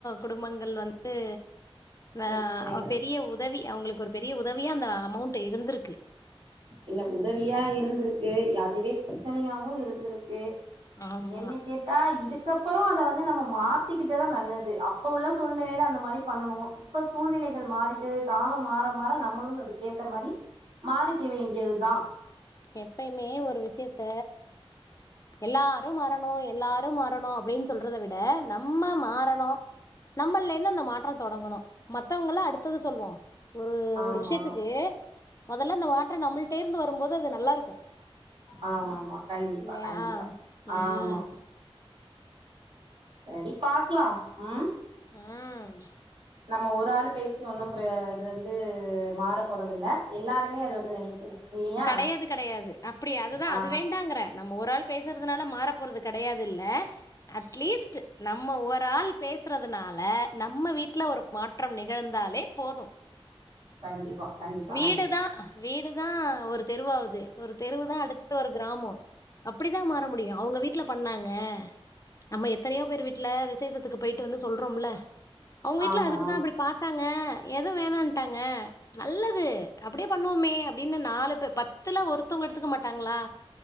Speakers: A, on the left; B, on the right.
A: குடும்பங்கள் வந்து
B: பிரச்சனைகள்
A: ஆ பெரிய உதவி அவங்களுக்கு ஒரு பெரிய உத உதவியா அந்த அமௌண்ட் இருந்திருக்கு
B: இல்ல உதவியா இருந்திருக்கு அதுவே பிரச்சனையாவு இருந்திருக்கு
A: ஆமா
B: என்ன கேட்டா இதுக் கப்பறம் அத வந்து நம்ம மாத்திக்கிட்டதா நல்லது அப்ப உள்ள சூழ்நிலையில அந்த மாரி பண்ணனு இப்ப சூழ்நில கள் மாறிட்டு காலம் மாற மாற நம்மளு அதுக்கு ஏத்த மாரி மாறிக் க்க வேண்டியதுதா
A: எப்பயுமே ஒரு விஷயத்த எல்லாரு மாறணும் எல்லாரு மாறணும் அப்டினு சொல்றத விட் நம்ம மாறணு நம்மலேந்து அந்த மாற்ற தொடங்கணு மத்தவங்கள அடுத்தது சொல்வோ ஒரு
B: ஆமா
A: ஒரு விஷயத்துக்கு மொதல்ல இந்த மாற்றம் நம்புள் சேர்ந்து வரும்போது நல்லா இருக்
B: ஆமா ஆமா கண்டிப்பா
A: இல்லையா
B: கண்டிப்பா
A: ம்
B: ஆமா சரி பாக்லா ம்
A: ம்
B: நம்ம ஒரு ஆள் பேசி ஒண்ணு ப்ர இது வந் து மாற போறது இல்ல எல்லாருமே அது வந்து நெனைக்கணு இல்லையா
A: கடையாது கடையாது அப்டியா அதுதா
B: ஆ
A: அது வேண்டாங்குறே நம்ம ஒராள் பேசுறதுனால மாற போறது கெடையாது இல்ல அட்லீஸ்ட்டு நம்ம ஒராள் பேசுறதுனால நம்ம வீட்ல ஒரு மாற்றம் நிகழ்ந்தா தாலே போது
B: கண்டிப்பா கண்டிப்பா
A: வீடுதா
B: கண்டிப்பா
A: வீடுதா ஒரு தெருவாவுது ஒரு தெருவுதா அடுத்து ஒரு கிராமோ அப்டிதா மாற முடியு அவுங்க வீட்ல பண்ணாங்க நம்ம எத்தனையோ பேரு வீட்ல விசேஷத்துக்கு போயிட்டு வந்து சொல்றோம்ல அவ்ங்க வீட்ல
B: ஆமா
A: அதுக்குதா அப்டி பாத்தாங்க எதுவு வேணான்ட்டாங்க நல்லது அப்டியே பண்ணுவோமே அப்டின்னு நாலு பே பத்துல ஒருத் த்தவ்ங்க எடுத்துக்க மாட்டாங்ளா